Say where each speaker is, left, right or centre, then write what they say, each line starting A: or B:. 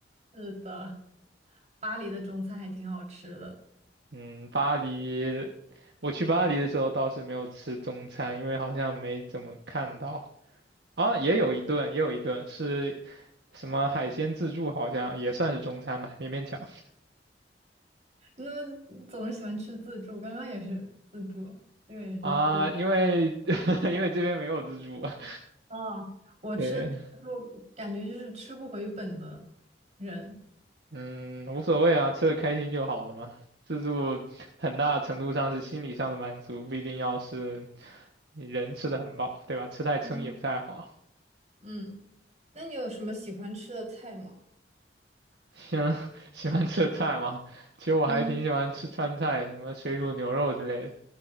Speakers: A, on the right; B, on the right.
A: 是的，巴黎的中餐还挺好吃的。
B: 嗯，巴黎，我去巴黎的时候倒是没有吃中餐，因为好像没怎么看到。啊，也有一顿，也有一顿是什么海鲜自助，好像也算是中餐吧，勉勉强。
A: 那总是喜欢吃自助，刚刚也是自助，这个也是自。
B: 啊，因为 <laughs> 因为这边没有自助啊。
A: 哦，我吃，
B: 对，
A: 我感觉就是吃不回本的人。
B: 嗯，无所谓啊，吃的开心就好了嘛。自助很大程度上是心理上的满足，不一定要是你人吃的很饱，对吧？吃太撑也不太好。
A: 嗯，嗯，那你有什么喜欢吃的菜吗？
B: 喜欢 <laughs> 喜欢吃的菜吗？其实我还挺喜欢吃川菜，
A: 嗯
B: 什么水煮牛肉之类的。